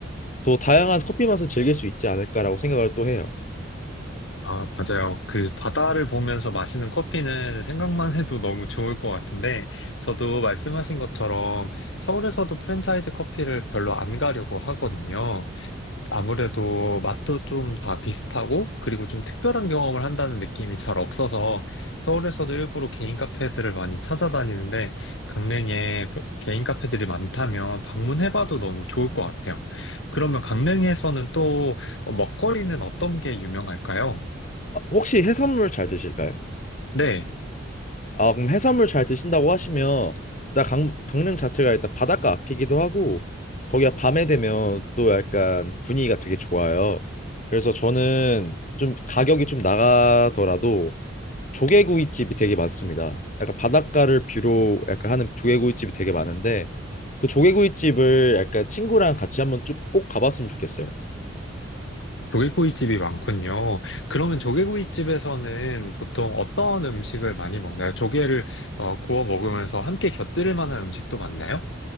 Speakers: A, on the left; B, on the left.
A: 또 다양한 커피 맛을 즐길 수 있지 않을까라고 생각을 또 해요.
B: 아, 맞아요. 그 바다를 보면서 마시는 커피는 생각만 해도 너무 좋을 것 같은데, 저도 말씀하신 것처럼 서울에서도 프랜차이즈 커피를 별로 안 가려고 하거든요. 아무래도 맛도 좀 다 비슷하고, 그리고 좀 특별한 경험을 한다는 느낌이 잘 없어서, 서울에서도 일부러 개인 카페들을 많이 찾아다니는데, 강릉에 개인 카페들이 많다면 방문해봐도 너무 좋을 것 같아요. 그러면 강릉에서는 또 먹거리는 어떤 게 유명할까요?
A: 아, 혹시 해산물 잘 드실까요?
B: 네,
A: 아, 그럼 해산물 잘 드신다고 하시면 일단 강, 강릉 자체가 일단 바닷가 앞이기도 하고 거기가 밤에 되면 또 약간 분위기가 되게 좋아요. 그래서 저는 좀 가격이 좀 나가더라도 조개구이집이 되게 많습니다. 약간 바닷가를 뷰로 약간 하는 조개구이집이 되게 많은데 그 조개구이집을 약간 친구랑 같이 한번 쭉 꼭 가봤으면 좋겠어요.
B: 조개구이집이 많군요. 그러면 조개구이집에서는 보통 어떤 음식을 많이 먹나요? 조개를 어, 구워 먹으면서 함께 곁들일 만한 음식도 많나요?